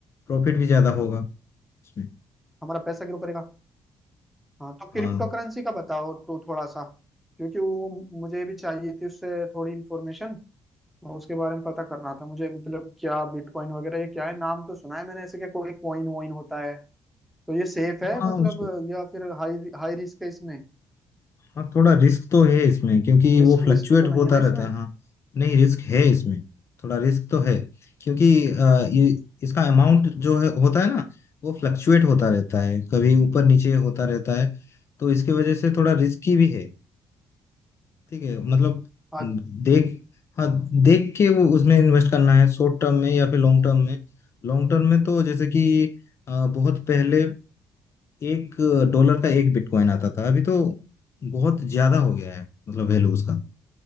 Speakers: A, on the left (about 45°); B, in the centre.
A: प्रॉफिट भी ज्यादा होगा उसमें
B: हमारा पैसा ग्रो करेगा हाँ तो क्रिप्टो
A: हाँ
B: करेंसी का बताओ तो थोड़ा सा क्योंकि वो मुझे भी चाहिए थी उससे थोड़ी इन्फॉर्मेशन उसके बारे में पता करना था मुझे मतलब क्या बिटकॉइन वगैरह ये क्या है नाम तो सुना है मैंने ऐसे कि कोई कॉइन वॉइन होता है तो ये सेफ है
A: हाँ
B: मतलब
A: उसको
B: या फिर हाई हाई रिस्क है इसमें
A: हाँ थोड़ा रिस्क तो है इसमें क्योंकि
B: रिस्क
A: वो फ्लक्चुएट
B: विस्क तो नहीं
A: होता
B: है ना
A: रहता
B: इसमें
A: है हाँ नहीं रिस्क है इसमें थोड़ा रिस्क तो है क्योंकि अ, ये इसका अमाउंट जो है होता है ना वो फ्लक्चुएट होता रहता है कभी ऊपर नीचे होता रहता है तो इसकी वजह से थोड़ा रिस्की भी है ठीक है मतलब
B: अ-
A: देख हाँ देख के वो उसमें इन्वेस्ट करना है शॉर्ट टर्म में या फिर लॉन्ग टर्म में लॉन्ग टर्म में तो जैसे कि अ, बहुत पहले एक डॉलर का एक बिटकॉइन आता था अभी तो बहुत ज्यादा हो गया है मतलब वैल्यू उसका